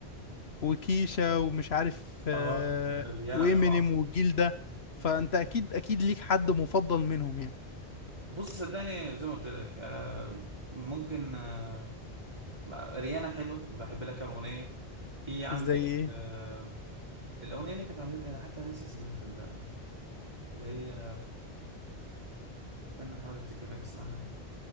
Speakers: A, on the left; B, on the right.
A: وكيشا ومش عارف آه،
B: اه ريانا
A: وإمينيم
B: طبعا
A: والجيل ده فانت اكيد اكيد ليك حد مفضل منهم يعني
B: بص صدقني زي ما قلت لك انا ممكن آه، ريانا حلوة بحب لها كام أغنية في عندك
A: زي ايه
B: آه الأغنية اللي كانت عملتها أنا حتى ناسي اسمها صدقني اللي هي استنى أحاول أفتكر لك اسمها